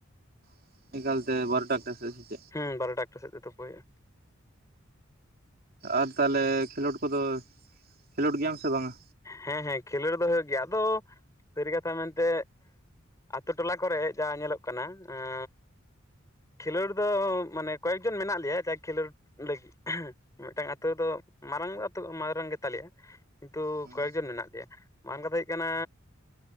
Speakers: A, on the right; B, on the left.
A: <inaudible> ᱜᱮ ᱵᱟᱨᱳ ᱴᱟ ᱛᱮ ᱥᱮ ᱪᱮᱫ
B: ᱦᱩᱸ ᱵᱟᱨᱚᱴᱟ ᱮᱠᱴᱟ ᱥᱮᱫ ᱛᱮ ᱛᱩᱯᱩ ᱦᱩᱭᱩᱜᱼᱟ
A: ᱟᱨ ᱛᱟᱦᱚᱞᱮ ᱠᱷᱮᱞᱳᱰ ᱠᱚᱫᱚ ᱠᱷᱮᱞᱳᱰ ᱜᱮᱭᱟᱢ ᱥᱮ ᱵᱟᱝᱟ?
B: ᱦᱮᱸ ᱦᱮᱸ ᱠᱷᱮᱞᱳᱰ ᱫᱚ ᱦᱩᱭᱩᱜ ᱜᱮᱭᱟ ᱟᱫᱚ ᱥᱟᱹᱨᱤ ᱠᱟᱛᱷᱟ ᱢᱮᱱᱛᱮ ᱟᱛᱳ ᱴᱚᱞᱟ ᱠᱚᱨᱮᱜ ᱡᱟ ᱧᱮᱞᱚᱜ ᱠᱟᱱᱟ ᱟᱸ ᱠᱷᱮᱞᱳᱰ ᱫᱚ ᱢᱟᱱᱮ ᱠᱚᱭᱮᱠ ᱡᱚᱱ ᱢᱮᱱᱟᱜ ᱞᱮᱭᱟ ᱡᱟ ᱠᱷᱮᱞᱳᱰ ᱞᱟᱹᱜᱤᱫ ᱢᱤᱫᱴᱟᱝ ᱟᱛᱳ ᱫᱚ ᱢᱟᱨᱟᱝ ᱟᱛ ᱢᱟᱨᱟᱝ ᱜᱮᱛᱟᱞᱮᱭᱟ ᱠᱤᱱᱛᱩ ᱻᱻ
A: ᱦᱩᱸ
B: ᱠᱚᱭᱮᱠ ᱡᱚᱱ ᱢᱮᱱᱟᱜ ᱞᱮᱭᱟ ᱵᱟᱨᱟᱝ ᱠᱟᱛᱷᱟ ᱦᱩᱭᱩᱜ ᱠᱟᱱᱟ